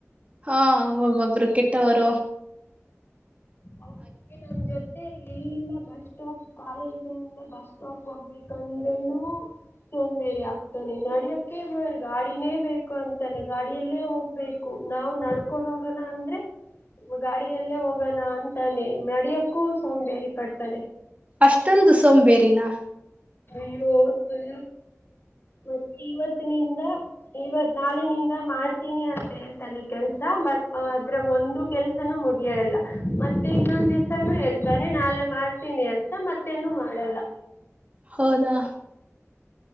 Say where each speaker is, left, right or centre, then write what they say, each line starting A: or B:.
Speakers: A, on the right (about 25°); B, on the left (about 50°).
A: ಹಾ ಒ ಒಬ್ರು ಕೆಟ್ಟ ವರ
B: ಹ ನಮ್ ಜೊತೆ ಅ ಎಲ್ಲಿಂದ ಬಸ್ ಸ್ಟಾಪ್ ಕಾಲೇಜಿನಿಂದ ಬಸ್ ಸ್ಟಾಪ್ ಹೋಗ್ಬೇಕಂದ್ರನು ಸೋಂಬೇರಿ ೆ ನಡಿಯಕೆ ಬೇ ಗಾಡಿನೇ ಬೇಕು ಅಂತಾನೆ ಗಾಡಿಯಲ್ಲೇ ಹೋಗ್ಬೇಕು ನಾವು ನಡ್ಕೊಂಡ್ ಹೋಗಣ ಅಂದ್ರೆ ಗಾಡಿಯಲ್ಲೇ ಹೋಗೋಣ ಅ ತಾನೆ ನಡಿಯಕ್ಕೂ ಸೋಂಬೇರಿ ಪಡ್ತಾನೆ
A: ಅಷ್ಟಂದು ಸೋಂಬೇರಿನಾ
B: ಅಯ್ಯೋ ಫುಲ್ ಮತ್ತೆ ಇವತ್ತು ಇವತ್ನಿಂದ ನಾಳಿಂದ ಮಾಡ್ ತೀನಿ ಅಂತ ಹೇಳ್ತಾನೆ ಕೆಲ್ಸ ಬಟ್ ಅದ್ರ ಒಂದು ಕೆಲ್ಸನ ಮುಗಿಯಲ್ಲ ಮತ್ತೆ ಇನ್ನೊಂದ್ ದಿವಸನುೂ ಹೇಳ್ತಾನೆ ನಾಳೆ ಮಾಡ್ತೀನಿ ಅಂತ ಮತ್ತೇನು ಮಾಡಲ್ಲ
A: ಹೌದಾ